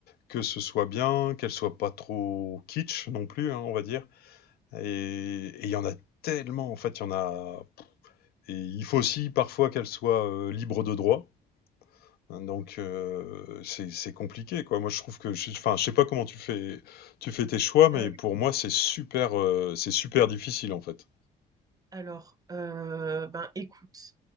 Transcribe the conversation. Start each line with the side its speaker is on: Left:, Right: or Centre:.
Left: que ce soit bien, qu'elle soit pas trop kitsch non plus, hein, on va dire. Et et il y en a tellement, en fait, il y en a. Et il faut aussi parfois qu'elle soit euh, libre de droit. Hein, Donc euh, c'est c'est compliqué quoi. Moi je trouve que je, enfin je sais pas comment tu fais tu fais tes choix mais
Right: Euh,
Left: pour moi c'est super euh, c'est super difficile en fait.
Right: alors, euh, ben écoute,